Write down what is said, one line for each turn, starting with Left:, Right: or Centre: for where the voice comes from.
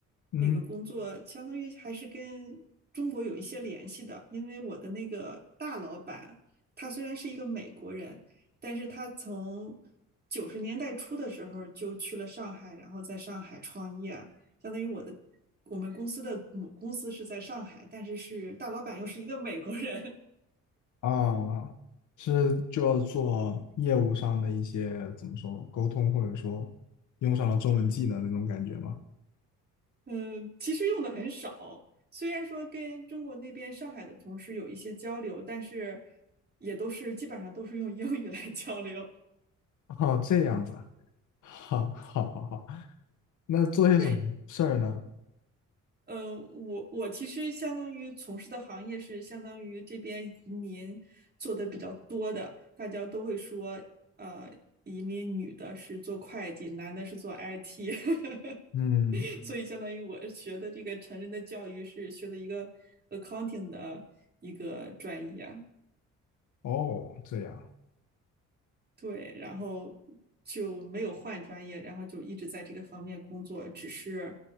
Left: 嗯。
Right: 那个工作相当于还是跟中国有一些联系的，因为我的那个大老板，他虽然是一个美国人，但是他从九十年代初的时候就去了上海，然后在上海创业，相当于我的我们公司的母公司是在上海，但是是大老板又是一个美国人，
Left: 啊，是就要做业务上的一些怎么说沟通，或者说用上了中文技能那种感觉吗？
Right: 嗯，其实用的很少。虽然说跟中国那边上海的同事有一些交流，但是也都是基本上都是用英语来交流。
Left: <laughs> 哦，这样子哈，好，好，好，好，好。那做些什么事儿呢？
Right: <laughs> 对，呃，我我其实相当于从事的行业是相当于这边移民做的比较多的，大家都会说，呃，移民女的是做会计，男的是做 IT，<laughs>
Left: 嗯，
Right: 所以嗯相当于我学的这个成人的教育是学的一个 accounting 的一个专业。
Left: 哦，这样。
Right: 对，然后就没有换专业，然后就一直在这个方面工作，只是